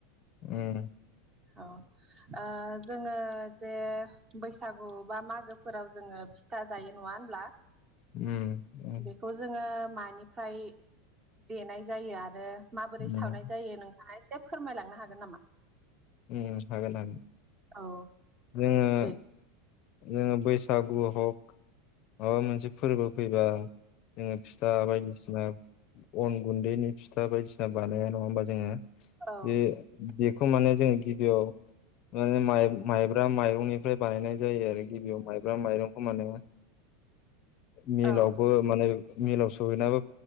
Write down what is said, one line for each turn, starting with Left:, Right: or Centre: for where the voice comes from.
Left: उम
Right: ओ जोङो जे बैसागु बा मागोफोराव जोङो फिथा जायो नङा होमब्ला
Left: उम उम
Right: बेखौ जोङो मानिफ्राय देनाय जायो आरो माबोरै
Left: उम
Right: सावनाय जायो नोंथाङा ए से फोरमायलांनो हागोन नामा?
Left: उम हागोन हागोन
Right: औ
Left: जोङो
Right: बे
Left: जोङो बैसागु हग माबा मोनसे फोरबो फैबा जोङो फिथा बायदिसिना अन गुन्दैनि फिथा बायदिसिना बानाया नङा होमबा जोङो
Right: औ
Left: बे बेखौ माने जोङो गिबियाव माने माइ माइ ब्रा माइरंनिफ्राय बानायनाय जायो आरो गिबियाव माइब्रा माइरंखौ माने मिलावबो
Right: औ
Left: माने मिलाव सहैनाबो